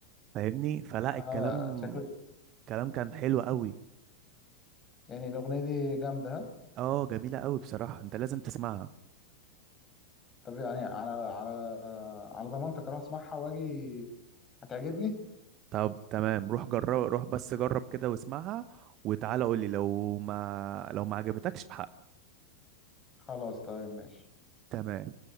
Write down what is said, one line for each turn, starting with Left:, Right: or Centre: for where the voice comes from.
Right: فاهمني فلا
Left: اه
Right: الكلام
Left: شكل
Right: الكلام كان حلو قوي
Left: يعني الاغنيه دي جامده ها
Right: اه جميلة قوي بصراحة انت لازم تسمعها
Left: طب يعني على على على ضمانتك اروح اسمعها واجي هتعجبني
Right: طب تمام روح جرب روح بس جرب كده واسمعها وتعالى قولي لو ما لو ما عجبتكش بحق
Left: خلاص طيب ماشي
Right: تمام